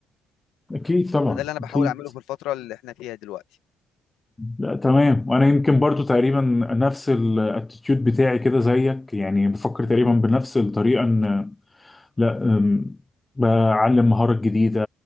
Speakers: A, on the left (about 15°); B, on the left (about 85°).
A: اكيد طبعا
B: فده اللي انا بحاول
A: اكيد
B: اعمله في الفتره اللي احنا فيها دلوقتي
A: لا تمام وانا يمكن برضو تقريبا نفس الاتيتيود بتاعي كده زيك يعني بفكر
B: مم.
A: تقريبا بنفس الطريقه ان لا أم، أتعلم مهارات جديدة